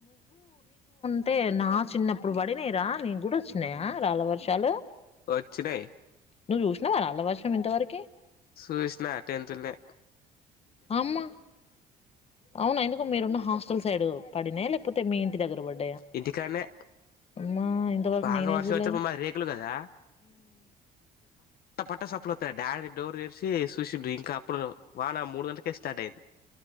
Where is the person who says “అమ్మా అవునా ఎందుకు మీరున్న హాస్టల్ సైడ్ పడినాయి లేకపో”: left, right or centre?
Left